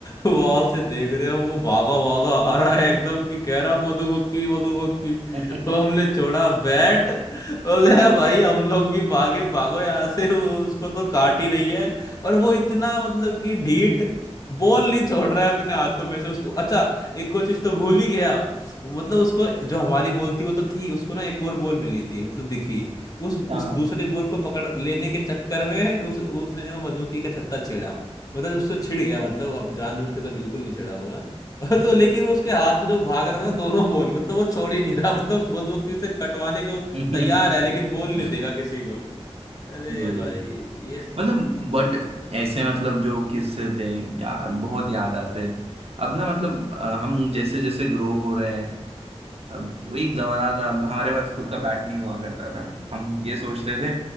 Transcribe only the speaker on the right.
<laughs>
हाँ
हाँ
<laughs>
बढ़िया
मतलब बट ऐसे मतलब जो किस्से थे यार बहुत याद आते अब ना मतलब अ, हम जैसे जैसे ग्रो हो रहे हैं अब वो एक जमाना था हमारे पास खुद का बैट नहीं हुआ करता था हम ये सोचते थे